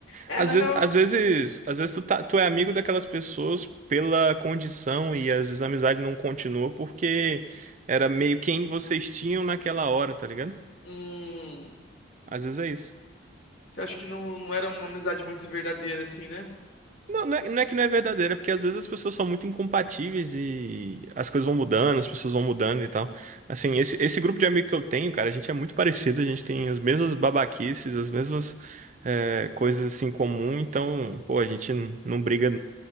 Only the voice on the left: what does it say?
É,
na
real,
hum,
você acha que não, não era uma amizade muito verdadeira, assim, né?